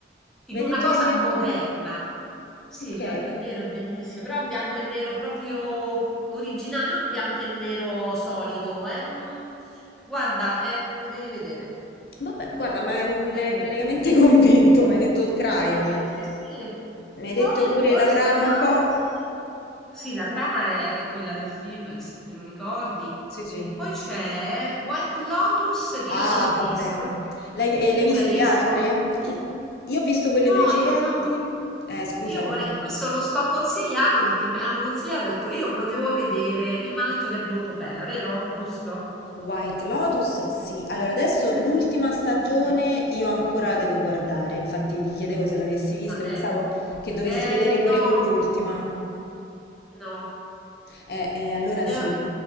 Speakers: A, in the centre; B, on the left (about 60°).
A: in
B: mi hai
A: una
B: detto
A: cosa
B: che è in bianco?
A: moderna. Sì,
B: Ok,
A: in bianco e nero è bellissimo, però è un bianco e nero proprio originale, non un bianco e nero solito. È un- Guarda, è- lo devi vedere,
B: vabbè, guarda, ma mi
A: lo devi
B: hai
A: vedere.
B: praticamente <laughs> convinto, mi hai detto crime,
A: No, sì, sì, sì. E
B: mi hai
A: poi,
B: detto pure
A: e poi
B: la
A: ce
B: trama
A: n'è un'altra.
B: un po'.
A: Sì, la trama è, è quella del film, che se te lo ricordi.
B: Sì, sì.
A: E poi c'è White Lotus, che
B: Ah,
A: io non ho visto.
B: vabbè. L'hai eh, l'hai
A: Tu
B: viste
A: l'hai visto?
B: le altre? I- io ho visto quelle precedenti.
A: No, io no.
B: Eh, scusa
A: Io vole...
B: perché.
A: Questo lo sto consigliando perché me l'hanno consigliato, ho detto io lo devo vedere e mi hanno detto che è molto bella, vero? Giusto?
B: White Lotus, sì. Allora, adesso l'ultima stagione
A: Ok.
B: io ancora la devo guardare, infatti ti chiedevo se l'avessi vista,
A: Ah,
B: pensavo
A: ecco.
B: che dovessi
A: Eh,
B: vedere
A: no,
B: pure tu l'ultima.
A: no.
B: Eh, eh, allora
A: Ne
B: sì,
A: ho-